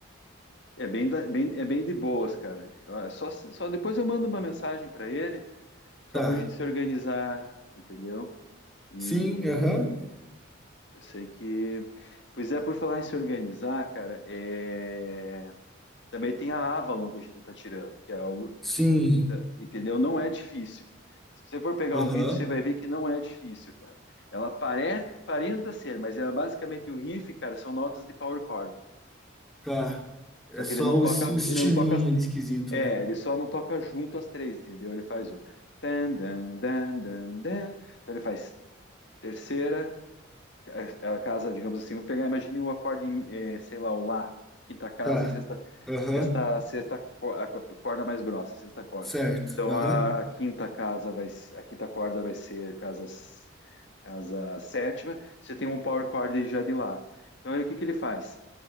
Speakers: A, on the left; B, in the centre.
A: É bem, da- bem- é bem de boas, cara. Eu- é Só, se- só depois eu mando uma mensagem para ele, só
B: Tá.
A: pra gente se organizar, entendeu? E
B: Sim, aham.
A: eu sei que. Pois é, por falar em se organizar, cara, é... também tem a Avalon que a gente tá tirando, que é algo.
B: Sim,
A: entendeu? Não é difícil. Se você for pegar
B: aham.
A: um vídeo, você vai ver que não é difícil, cara. Ela parece, parenta ser, mas ela basicamente o riff, cara, são notas de power chord.
B: Tá. É
A: Só que
B: só
A: ele não
B: o,
A: toca,
B: es- o estilinho
A: ele não toca,
B: ali esquisito,
A: é,
B: né?
A: ele só não toca junto as três, entendeu? Ele faz o dan dan dan dan dan. Então ele faz terceira, a a casa, digamos assim, vou pegar, imagine o acorde, em, eh, sei lá, o lá, quinta casa,
B: Tá.
A: sexta,
B: Aham.
A: sexta, sexta co- a co- corda mais grossa, sexta corda.
B: Certo.
A: Então
B: Aham.
A: a quinta casa vai, se- a quinta corda vai ser casa, s- casa sétima. Você tem um power chord já de lá. Então aí o que que ele faz?